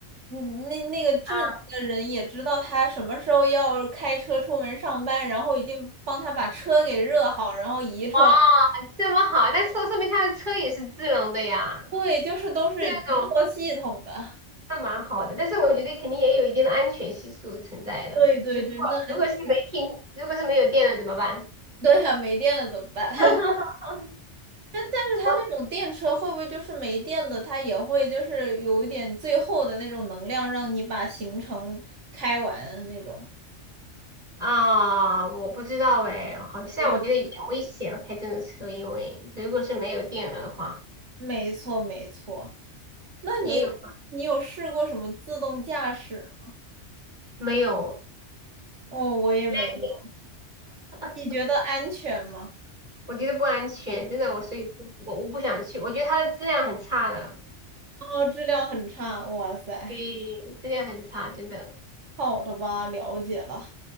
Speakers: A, on the right (about 80°); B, on the right (about 40°).
A: 嗯那那个智能的人也知道他什么时候要开车出门上班，
B: 嗯
A: 然后已经帮他把车给热好，然后移出来，
B: 哇，这么好，那说说明他的车也是智能的呀，
A: 对，就是都是一套系统的。
B: 这种那蛮好的。但是我觉得肯定也有一定的安全系数存在的。
A: <laughs> 对对对，
B: 其实如果如果是没停，
A: 那确实
B: 如果是没有电了怎么办？
A: <laughs> 对呀、没电了怎么办？<laughs>
B: <laughs>
A: 但但是它那种电车会不会就是没电了，
B: 我
A: 它也会就是有一点最后的那种能量，让你把行程开完那种？
B: 啊，我不知道哎，好像我觉得有点危险啊开这种车，
A: 我也不知道。
B: 因为如果是没有电了的话，
A: 没错，没错。那你有你有试过什么自动驾驶吗？
B: 也有没有
A: 哦，我也没有。
B: landing，<laughs>
A: 你觉得安全吗？
B: 我觉得不安全，真的我所以我我不想去，我觉得它的质量很差的。
A: 哦，质量很差。哇塞，
B: 对，以这个很差，真的。<laughs>
A: 好的吧，了解了。